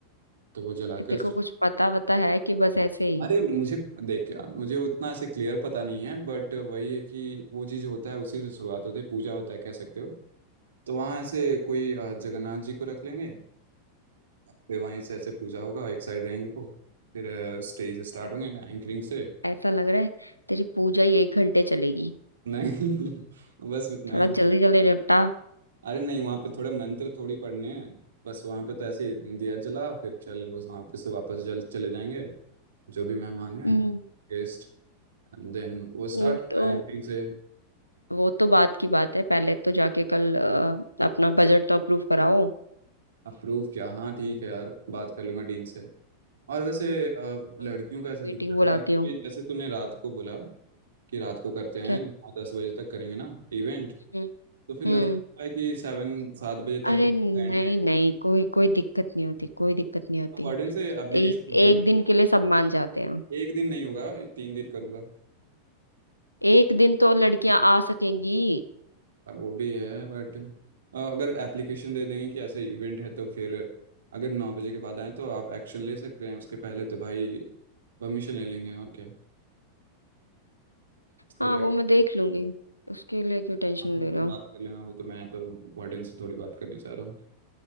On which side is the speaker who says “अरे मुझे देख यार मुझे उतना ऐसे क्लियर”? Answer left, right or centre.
Right